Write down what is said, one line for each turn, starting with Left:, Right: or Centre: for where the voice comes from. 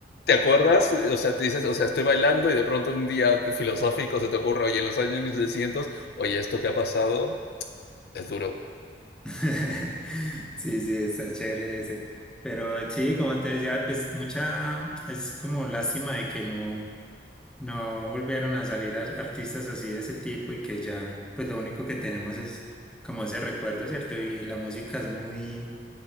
Left: ¿Te acuerdas? O sea, te dices, o sea, estoy bailando y de pronto un día filosófico se te ocurre, oye, en los años 1600 oye, esto que ha pasado es duro.
Centre: <laughs> Sí, sí, está chévere ese. Pero sí, como te decía, pues mucha, es como lástima de que no, no volvieron a salir a- artistas así de ese tipo y que ya, pues lo único que tenemos es como ese recuerdo, ¿cierto? Y la música es muy,